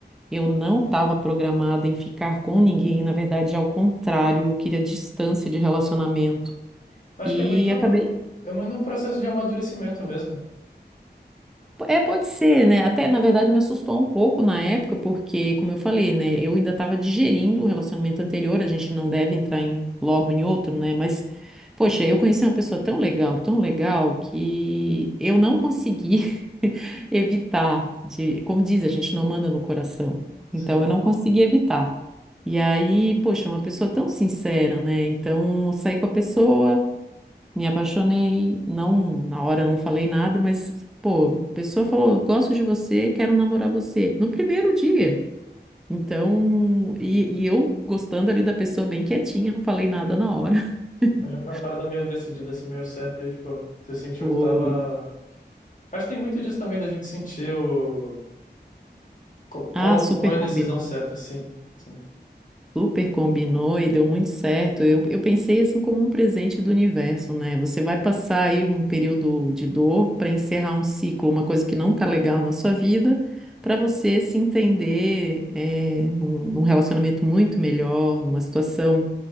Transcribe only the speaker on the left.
Acho
que é muito,
é muito um processo de amadurecimento mesmo.
Sim.
Então já foi uma parada meio decidida, assim, meio certa. E, tipo, você sentiu
que tava... Acho que tem muito disso também da gente sentir o... co-
Qual,
qual é a
decisão certa, sim. Sim.